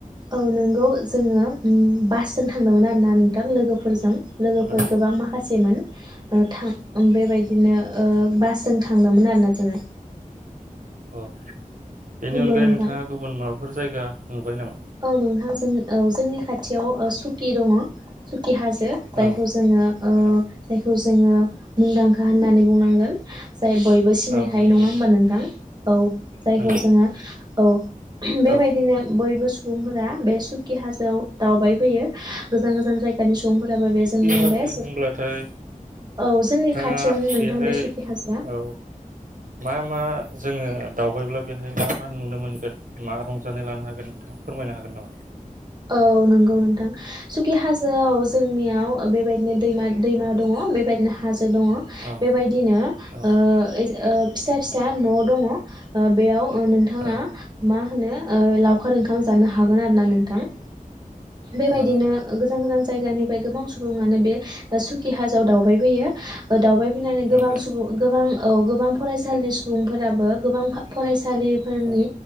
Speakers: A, on the right; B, on the right.
A: औ नोंगौ जोङो उम बासजों थांदोंमोन आरोना नोंथां लोगोफोरजों लोगोफोर
B: औ
A: गोबां माखासे सेमोन थां बेबायदिनो ओ बासजों थांदोंमोन आरोना जोङो
B: औ बेनि
A: नंगौ
B: अनगायै
A: नोंथां
B: नोंथाङा गुबुन माबाफोर जायगा नुबाय नामा
A: औ नोंथां जों औ जोंनि खाथियाव सुकि दङ खि हाजो जायखौ
B: औ
A: जोङो
B: औ
A: जायखौ जोङो मुंदांखा होननानै बुंनांगोन जाय बयबो सिनायखायो
B: औ नंगौ
A: नङा होमबा नोंथां औ जायखौ
B: नंगौ
A: जोङो औ बेबायदिनो
B: औ
A: बयबो सुबुंफोरा बे सुकि हाजोआव दावबाय फैयो गोजान
B: औ
A: गोजान जायगानि सुबुंफोराबो बे जोंनि
B: हाजो
A: बे
B: होनब्लाथाय
A: औ जोंनि
B: नोंथाङा
A: खाथियावनो नोंथां
B: बेहाय
A: बे सुकी हाजिरा
B: औ मा मा जोङो दावबायब्ला बेहाय मा मा नुनो मोनगोन मा रंजानाय लानो हागोन नोंथाङा फोरमायनो हागोन नामा
A: औ नंगौ नोंथां सुकि हाजोआव जोंनियाव बेबायदिनो दैमा दैमा दङ बेबायदिनो हाजो दङ
B: औ
A: बेबायदिनो ओ
B: औ
A: फिसा फिसा न' दङ बेयाव नोंथाङा
B: औ
A: मा होनो ओ लावखार ओंखाम जानो हागोन आरो ना नोंथां बेबायदिनो
B: औ
A: गोजान गोजान जायगानिफ्राय गोबां सुबुङानो बे सुकि हाजोआव दावबाय फैयो दावबाय फैनानै गोबां
B: नंगौ
A: सुबुं गोबां औ गोबां फरायसालिनि सुबुंफोराबो गोबां फरायसा लिफोरनि
B: औ